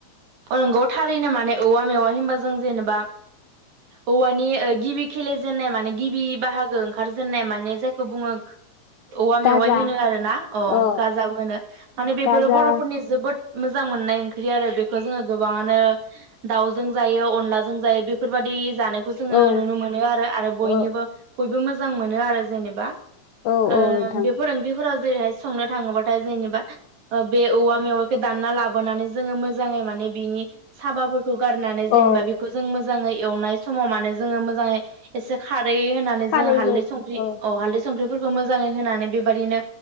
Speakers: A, on the right; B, on the left.
A: नोंगौ थारैनो माने औवा मेवाइ होमबा जों जेनेबा औवानि ओ गिबि खेलेजेननाय माने गिबि बाहागो ओंखार जेननाय माने जायखौ बुङो औवा
B: गाजा
A: मेवाइ होनो आरोना अ
B: ओ
A: गाजाबो होनो माने
B: गा-गाजा
A: बेफोरो बर'फोरनि जोबोद मोजां मोननाय ओंख्रि आरो बे खो जोङो गोबाङानो दाउजों जायो अनलाजों जायो बेफोरबादि जानायखौ जोङो
B: औ
A: नुनो मोनो आरो आरो बयनिबो
B: ओ
A: बयबो मोजां मोनो आरो जेनेबा
B: औ
A: ओ
B: औ नोंथां
A: बेफोर ओंख्रिफोरा जेरैहाय संनो थाङोबाथाय जेनेबा ओ बे औवा मेवाइ फेदानना लाबोनानै जोङो मोज मोजै माने बिनि साबाफोर खोगारनानै जेनेबा
B: औ
A: बेखौ जों मोज मोजाङै एवनाय समाव माने जोङो मोजाङै एसे खा रै होनानै
B: खारै
A: जोङो हालदै
B: रौ
A: संख्रि
B: ओ
A: अ हालदै सं बेफोरखो मोजाङै होनानै बेबायाददिनो